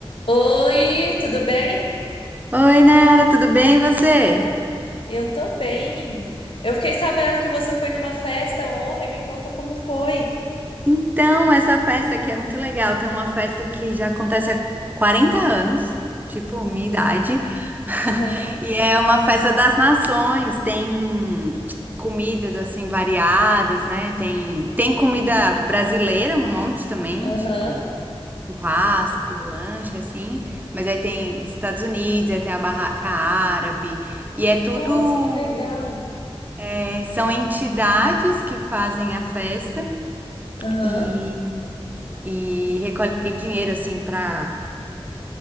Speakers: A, on the left; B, on the right.
A: Oi, tudo bem?
B: Oi, Nara, tudo bem e você?
A: Eu tô bem. Eu fiquei sabendo que você foi numa festa ontem, me conta como foi.
B: Então, essa festa aqui é muito legal. Tem uma festa que já acontece há 40 anos, tipo minha idade. <laughs>
A: Aham,
B: E é uma festa das nações. Tem comidas assim variadas, né? Tem tem comida brasileira, um monte também,
A: aham.
B: tipo churrasco, lanche assim, mas aí tem Estados Unidos, aí tem a barraca árabe, e é tudo
A: Nossa, que legal.
B: É, são entidades que fazem a festa
A: Aham.
B: e, e recolhem dinheiro assim para